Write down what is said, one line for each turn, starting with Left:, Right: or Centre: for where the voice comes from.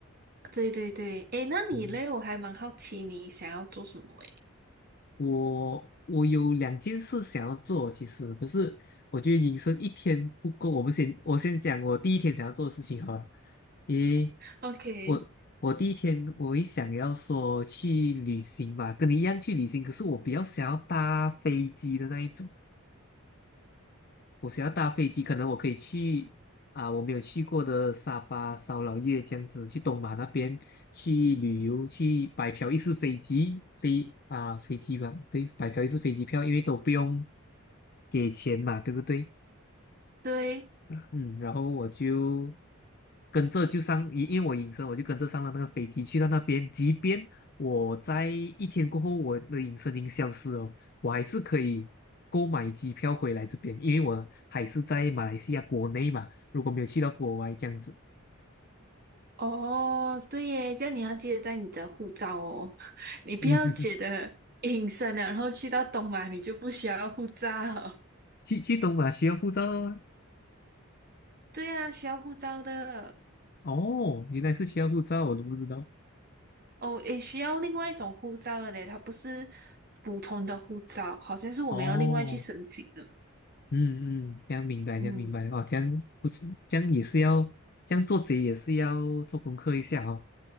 Right: 对对对，诶，那你嘞？
Left: 嗯。
Right: 我还蛮好奇你想要做什么诶。
Left: 我我有两件事想要做，其实可是我觉得隐身一天不够。我们先我先讲我第一天想要做的事情哈，因为
Right: OK，
Left: 我我第一天我也想要说去旅行嘛，跟你一样去旅行，可是我比较想要搭飞机的那一种。我想要搭飞机，可能我可以去啊，我没有去过的沙巴、烧老越这样子，去东马那边去旅游，去白嫖一次飞机飞啊飞机吧，对，白嫖一次飞机票，因为都不用给钱嘛，对不对？
Right: 对，
Left: 嗯，然后我就跟着就上，因因为我隐身，我就跟着上了那个飞机去到那边。即便我在一天过后，我的隐身已经消失哦，我还是可以购买机票回来这边，因为我还是在马来西亚国内嘛。如果没有去到国外这样子，
Right: 哦，对耶，这样你要记得带你的护照哦，<laughs> 你不要觉得隐身了，
Left: 嗯，<laughs>
Right: 然后去到东马你就不需要护照。
Left: 去去东马需要护照哦
Right: <laughs> 对啊，需要护照的。
Left: 哦，原来是需要护照，我都不知道。
Right: 哦，也需要另外一种护照的嘞，它不是普通的护照，好像是我们要另外去申请的。
Left: 哦，嗯嗯，这样明白，
Right: 嗯，
Left: 这样明白哦，这样不是，这样也是要，这样做贼也是要做功课一下哦，